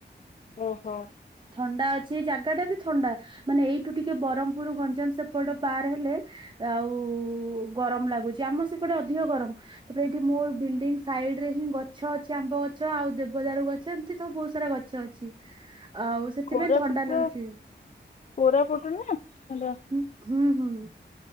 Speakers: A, on the left; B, on the right.
A: ଓ ହୋ।
B: ଥଣ୍ଡା ଅଛି। ଏଇ ଜାଗା ଟା ବି ଥଣ୍ଡା, ମାନେ ଏଇଠୁ ଟିକେ ବରହମ୍ ପୁର ଗଞ୍ଜାମ ସେପଟ ପାର ହେଲେ ଆଉ ଗରମ ଲାଗୁଛି, ଆମ ସେପଟେ ଅଧିକ ଗରମ। ତାପରେ ଏଇଠି ମୋର ବିଲଡିଙ୍ଗ ସାଇଡ ରେ ହିଁ ଗଛ ଅଛି। ଆମ୍ବ ଗଛ ଆଉ ଦେବଦାରୁ ଗଛ ଏମିତି ସବୁ ବହୁତ ସାରା ଗ ଛ ଅଛି। ଆଉ ସେଥିପାଇଁ
A: କୋରାପୁଟର
B: ଥଣ୍ଡା ଲାଗୁଛି
A: କୋରାପୁଟ ନୁହେଁ <unintelligible>
B: ହୁଁ- ହୁଁ- ହୁଁଁ।